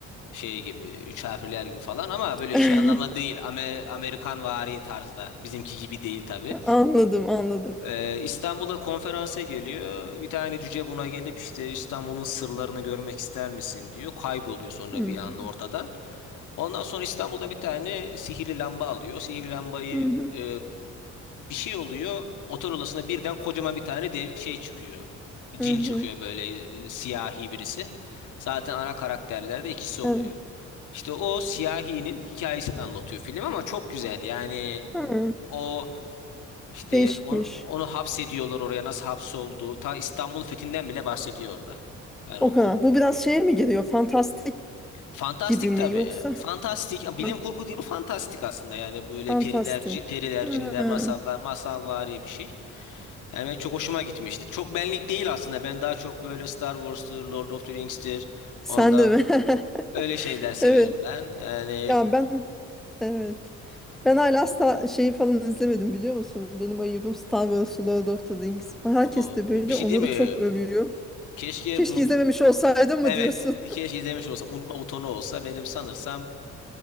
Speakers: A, on the left; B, in the centre.
A: şey gibi üç harfliler gibi falan ama böyle
B: <laughs>
A: şey anlamda değil Ame Amerikan vari tarzda bizimki gibi değil tabii.
B: Anladım, anladım.
A: Ee, İstanbul'a konferansa geliyor bir tane cüce buna gelip işte İstanbul'un sırlarını görmek ister misin diyor kayboluyor sonra
B: Hmm.
A: bir anda ortadan. Ondan sonra İstanbul'da bir tane sihirli lamba alıyor. Sihirli lambayı
B: Hı hı,
A: e, bir şey oluyor. Otel odasına birden kocaman bir tane de şey çıkıyor. Cin
B: hı hı.
A: çıkıyor böyle e, siyahi birisi. Zaten ana karakterlerde ikisi oluyor.
B: Evet.
A: İşte o siyahinin hikayesini anlatıyor film ama çok güzel. Yani
B: Hı,
A: o işte
B: Değişikmiş.
A: onu, onu hapsediyorlar oraya nasıl hapsoldu. Ta İstanbul'un fethinden bile bahsediyor orada. Yani
B: O
A: o
B: kadar. Bu biraz şeye mi giriyor? Fantastik
A: Fantastik
B: gibi mi
A: tabii.
B: yoksa?
A: Fantastik. Bilim
B: Ha,
A: kurgu değil bu fantastik aslında. Yani böyle
B: fantastik.
A: perilerci, periler,
B: Hı.
A: cinler, masallar, masalvari bir şey. Yani benim çok hoşuma gitmişti. Çok benlik değil aslında. Ben daha çok böyle Star Wars'tur, Lord of the Rings'tir.
B: Sen
A: Onda
B: de mi? <laughs>
A: öyle şeyler severim
B: Evet.
A: ben. Yani
B: Ya ben evet. Ben hala asla şeyi falan izlemedim biliyor musun? Benim ayıbım Star Wars, Lord of the Rings falan. Herkes
A: o
B: de böyle
A: bir şey
B: onları
A: değil mi?
B: çok övüyor.
A: Keşke
B: Keşke
A: unut
B: izlememiş olsaydım
A: Evet,
B: mı diyorsun?
A: keşke
B: <laughs>
A: izlemiş olsam unutma butonu olsa benim sanırsam